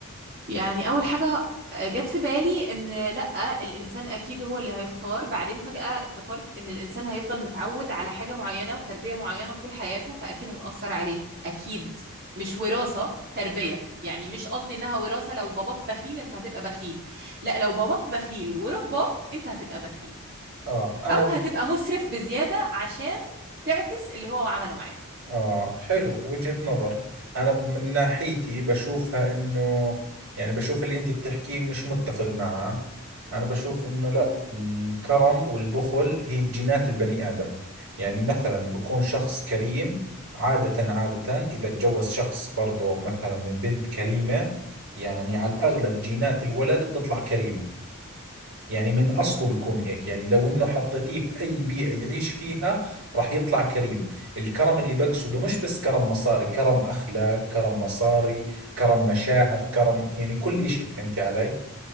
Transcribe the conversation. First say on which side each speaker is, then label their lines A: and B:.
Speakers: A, on the right (about 45°); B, on the right (about 70°).
A: يعني أول حاجة جت في بالي إن لأ الإنسان أكيد هو اللي هيختار بعدين فجأة افتكرت إن الإنسان هيفضل متعود على حاجة معينة وتربية معينة طول حياته فأكيد هتأثر عليه أكيد مش وراثة تربية يعني مش قصدي إنها وراثة لو باباك بخيل أنت هتبقى بخيل لأ لو باباك بخيل ورباك أنت هتبقى بخيل
B: آه أنا
A: او هتبقى مسرف بزياده عشان تعكس اللي هو عمله معاك
B: آه حلو وجهة نظر أنا من ناحيتي بشوفها إنه يعني بشوف اللي أنت بتحكيه مش متفق معاه أنا بشوف إنه لا الكرم والبخل هي بجينات البني آدم يعني مثلا بكون شخص كريم عادة عادة إذا تجوز شخص برضو مثلا من بنت كريمة يعني على الأغلب جينات الولد بتطلع كريمة يعني من أصله بيكون هيك يعني لو إنه حطيتيه في أي بيئة يعيش فيها راح يطلع كريم الكرم اللي بقصده مش بس كرم مصاري كرم أخلاق كرم مصاري كرم مشاعر كرم يعني كل إشي فهمتي علي